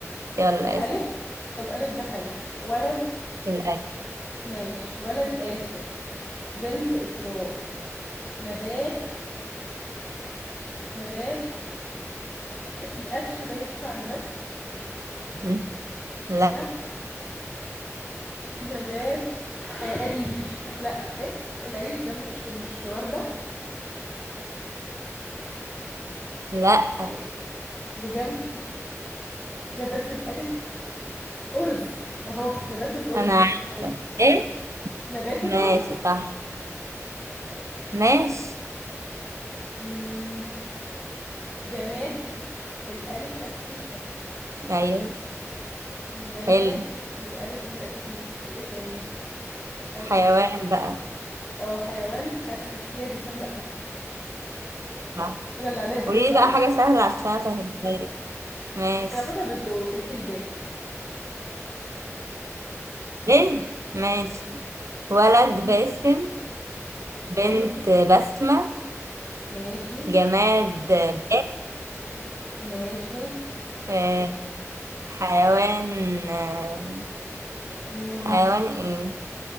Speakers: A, on the right (about 70°); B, on the left (about 25°).
A: يلا
B: الألف
A: يا ستي
B: طب ألف ده حلو ولد
A: الألف
B: ماشي ولد آسر بنت إسراء نبات نبات القش ده ينفع نبات
A: <laughs> لا
B: أه؟ نبات آه قريش لا ايه القريش ده مش مش وردة
A: لا
B: ايه بجد نبات بالألف أرز أهو نبات الأرز
A: انا عارفة
B: خلاص
A: ايه
B: نبات
A: ماشي
B: الأرز
A: صح
B: ماشي
A: ماشي
B: أمم، جماد بالألف أستيكة
A: ايوه
B: جماد
A: حلو
B: بالألف قلنا أستيكة في إيه تاني؟ ال-
A: حيوان بقى
B: اه حيوان أسد يا دي سهلة أوي
A: صح
B: أنا اللي عليا الدور
A: قولي
B: بقى
A: لي بقى حاجة سهلة عشان أسهلها لك ماشي
B: هناخدها بالدور أنت الباء
A: ليه؟ ماشي ولد
B: مم.
A: باسم بنت
B: حلو
A: بسمة
B: ماشي
A: جماد باب
B: ماشي
A: آه، حيوان آه،
B: مم.
A: حيوان ايه؟